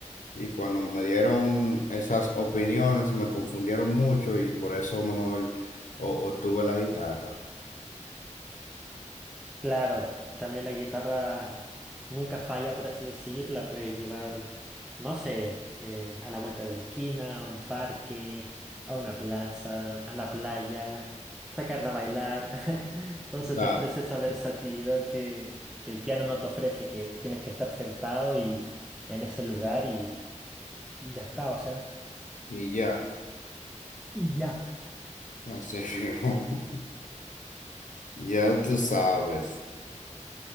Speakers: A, on the left (about 80°); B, in the centre.
A: Y cuando me dieron esas opiniones me confundieron mucho y por eso mejor o- obtuve la guitarra.
B: Claro, también la guitarra nunca falla, por así decir, la puedes llevar, no sé, eh, a la vuelta de la esquina, a un parque, a una plaza, a la playa, sacarla a bailar. <laughs> Entonces
A: está,
B: te ofrece esa versatilidad que, que el piano no te ofrece, que tienes que estar sentado y en ese lugar y, y ya está, o sea,
A: Y ya,
B: y ya.
A: así mismo. <laughs> Ya tú sabes.